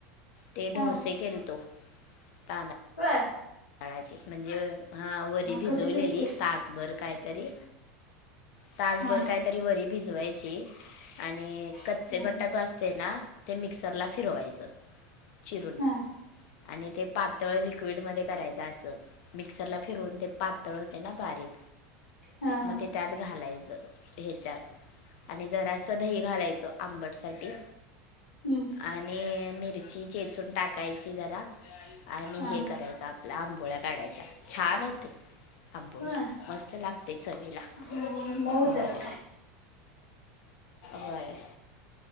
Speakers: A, on the left; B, on the left.
A: ते
B: हा
A: ढोसे केलतो तांद
B: व्हय.
A: ळाचे म्हणजे हा वरी भिजवलेली
B: कसं केलतीस
A: तासभर कायतरी तासभर
B: हा
A: कायतरी वरी भिजवायची आणि कच्चे
B: हा
A: बटाटो अस ते ना, ते मिक्सरला फिरवायचं, चिरून
B: हा
A: आणि ते पातळ लिक्विड मध्ये करायच अस मिक्सरला फिरून ते पातळ होते ना बारीक
B: हा हा
A: म ते त्यात घालायचं ठेच्यात आणि जरासं दही घालायचं, आंबट साठी
B: हम्म.
A: आणि मिरची चेचून टाकायची जरा आणि
B: हा
A: हे करायचं आप आंबोळा्या काढायच्या छान होते. आंबोळी
B: होय
A: मस्त लागते चवीला
B: हा मऊ होत्यात
A: वय
B: काय
A: होय. <inaudible>